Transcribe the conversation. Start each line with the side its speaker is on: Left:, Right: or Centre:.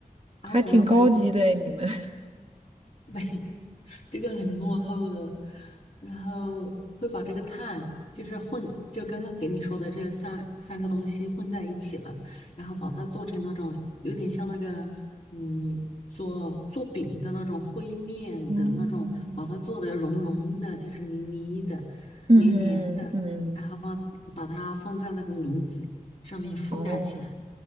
Right: 还挺高级的诶你们。
Left: 然后我们会。
Right: <laughs>
Left: <laughs> 没有，这个很落后的，然后会把这个碳就是混，就刚刚给你说的这三三个东西混在一起了，然后把它做成那种有点像那个嗯做做饼的那种灰面的那种，
Right: 嗯
Left: 把它做的融融的，就是泥泥的、
Right: 嗯嗯嗯，
Left: 黏嗯黏的，然后把把它放在那个炉子上面覆盖起来，
Right: 哦，